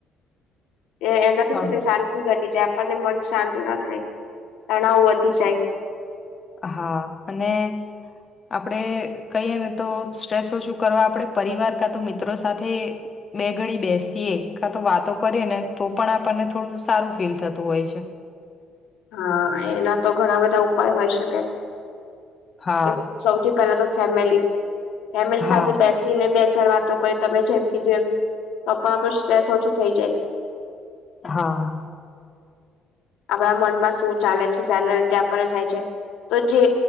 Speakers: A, on the left; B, on the left.
A: <inaudible> એ એનાથી
B: હા
A: શું કેય શાંતિ ઘટી જાય આપણને મન શાંત ના થાય, તણાવ વધી જાય.
B: હા અને આપડે કહીએ ને તો સ્ટ્રેસ ઓછું કરવા આપડે પરિવાર કા તો મિત્રો સાથે બે ઘડી બેસીએ કા તો વાતો કરીએ ને તો પણ આપણને થોડું સારું ફીલ થતું હોય છે.
A: હા એના તો ઘણા બધા ઉપાય હોય શકે.
B: હા
A: કે સૌથી પહેલા તો ફેમિલી ફેમિલી
B: હા
A: સાથે બેસીને બે ચાર વાતો ક તમે જેમ કીધું એમ તો પણ આપણો સ્ટ્રેસ ઓછો થઈ જાય.
B: હા.
A: આપણા મનમાં શું ચાલે છે શાના લીધે આપણને થાય છે. તો જે